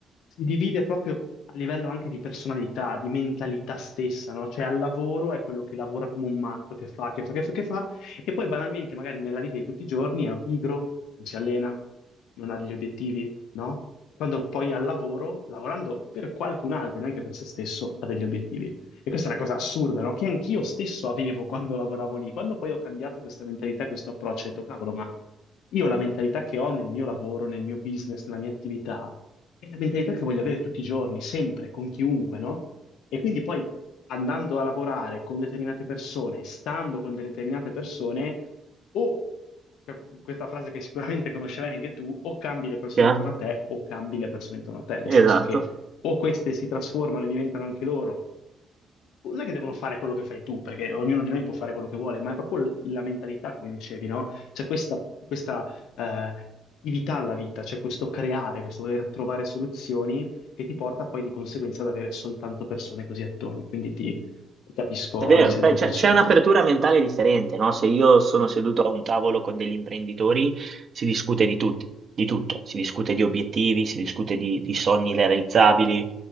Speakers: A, on the left (about 85°); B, on the right (about 45°).
A: si divide proprio a livello anche di personalità, di mentalità stessa, no? Cioè al lavoro è quello che lavora come un matto, che fa, che fa, che fa, che fa, e poi banalmente, magari nella vita di tutti i giorni è pigro, non si allena, non ha degli obiettivi, no? Quando poi al lavoro, lavorando per qualcun altro, neanche per se stesso, ha degli obiettivi. E questa è una cosa assurda, no? Che anch'io stesso avevo quando lavoravo lì. Quando poi ho cambiato questa mentalità, questo approccio, ho detto, cavolo, ma io la mentalità che ho nel mio lavoro, nel mio business, nella mia attività, è la mentalità che voglio avere tutti i giorni, sempre, con chiunque, no? E quindi poi andando a lavorare con determinate persone, stando con determinate persone, o cioè, questa frase che sicuramente conoscerai anche tu, o cambi le persone
B: chiaro,
A: intorno a te o cambi le persone intorno a te, nel
B: esatto.
A: senso che o queste si trasformano e diventano anche loro, non è che devono fare quello che fai tu, perché ognuno di noi può fare quello che vuole, ma è proprio l- la mentalità, come dicevi, no? C'è questa, questa eh, attività alla vita, c'è questo creare, questo voler trovare soluzioni che ti porta poi di conseguenza ad avere soltanto persone così attorno. Quindi ti, ti capisco
B: È vero,
A: al 100%.
B: beh, c'è c'è un'apertura mentale differente, no? Se io sono seduto a un tavolo con degli imprenditori, si discute di tutti, di tutto, si discute di obiettivi, si discute di, di sogni realizzabili,